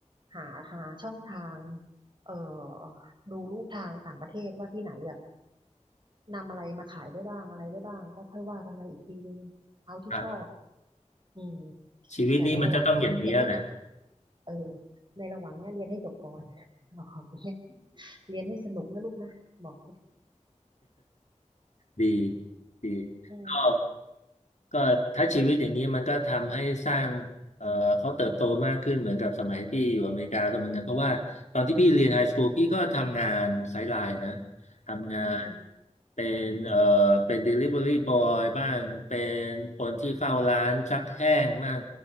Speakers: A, on the right; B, on the left.
A: หาหาช่องทางเอ่อดูลูกทางต่างประเทศว่าที่ไหนแบบนำอะไรมาขายได้บ้างอะไรได้บ้างก็ค่อยว่ากันไปอีกทีนึงเอาที่ชอบ
B: ครับ
A: อืม
B: ชีวิตนี่มันจะต้องอย่างเนี้ยแหละ
A: แต่ในระหว่างเนี้ยเรียนให้จบเออในระหว่างเนี้ยเรียนให้จบก่อน <laughs> บอกเนี้ยเรียนให้สนุกนะลูกนะบอก
B: ดีดี
A: อืม
B: ก็ก็ถ้าชีวิตอย่างนี้มันก็ทำให้สร้างเอ่อเขาเติบโตมากขึ้นเหมือนกับสมัยที่อยู่อเมริกาก็เหมือนกันเพราะว่าตอนที่พี่เรียนไฮสคูลพี่ก็ทำงานไซด์ไลน์นะทำงาน
A: อืม
B: เป็นเอ่อเป็น delivery boy บ้างเป็นคนที่เฝ้าร้านซักแห้งบ้าง